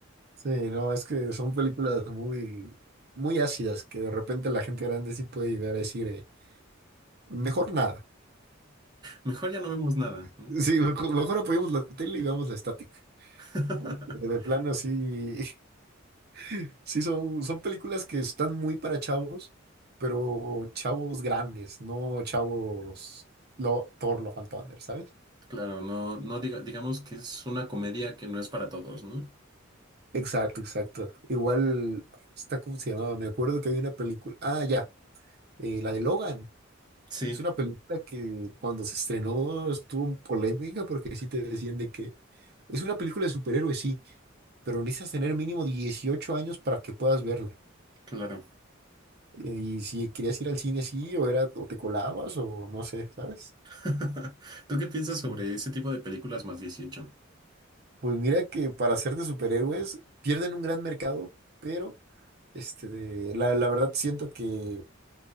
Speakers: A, on the right; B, on the right.
A: Sí, no, es que son películas muy, muy ácidas que de repente la gente grande sí puede llegar a decir, eh, mejor nada.
B: Mejor ya no vemos nada,
A: <laughs>
B: ¿no?
A: Sí, mejor, mejor apoyemos la tele y veamos la estática.
B: <laughs>
A: Porque de plano sí, <laughs> sí son, son películas que están muy para chavos, pero chavos grandes, no chavos lo, Thor, Love and Thunder, ¿sabes?
B: Claro, no, no diga- digamos que es una comedia que no es para todos, ¿no?
A: Exacto, exacto. Igual, está como se llamaba, me acuerdo que había una película, ah, ya, eh, la de Logan.
B: Sí,
A: Es una película que cuando se estrenó estuvo en polémica porque sí te decían de que es una película de superhéroes, sí, pero necesitas tener mínimo 18 años para que puedas verla.
B: claro.
A: Y si querías ir al cine así, o era, o te colabas, o no sé, ¿sabes?
B: <laughs> ¿Tú qué piensas
A: Sí.
B: sobre ese tipo de películas más 18?
A: Pues mira que para ser de superhéroes pierden un gran mercado, pero este, de- la, la verdad siento que